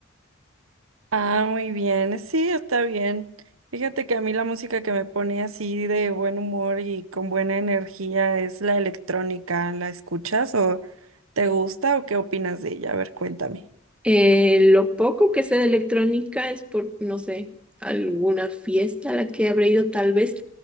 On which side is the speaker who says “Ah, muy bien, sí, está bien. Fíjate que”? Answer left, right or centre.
Right